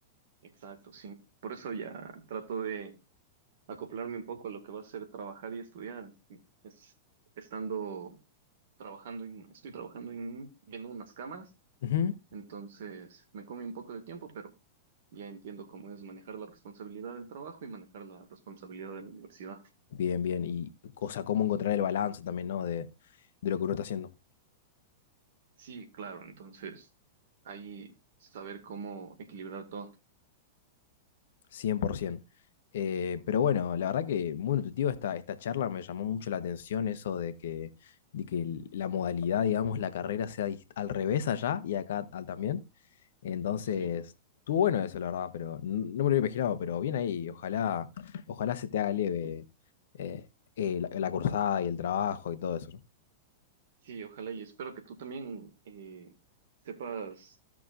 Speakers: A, on the right (about 65°); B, on the left (about 65°).
A: Exacto, sí. Por eso ya trato de acoplarme un poco a lo que va a ser trabajar y estudiar. Es, estando trabajando en, estoy trabajando en viendo unas cámaras,
B: Ujú.
A: entonces me come un poco de tiempo, pero ya entiendo cómo es manejar la responsabilidad del trabajo y manejar la responsabilidad de la universidad.
B: Bien, bien. Y, o sea, cómo encontrar el balance también, ¿no? De, de lo que uno está haciendo,
A: Sí, claro, entonces ahí saber cómo equilibrar todo.
B: 100%. Eh, pero bueno, la verdad que muy nutritiva esta, esta charla, me llamó mucho la atención eso de que, de que la modalidad, digamos, la carrera sea dis- al revés allá y acá ah, también. Entonces,
A: Sí,
B: estuvo bueno eso, la verdad, pero n- no me lo había imaginado, pero bien ahí, ojalá, ojalá se te haga leve eh, eh, la, la cursada y el trabajo y todo eso, ¿no?
A: sí, ojalá y espero que tú también eh, sepas.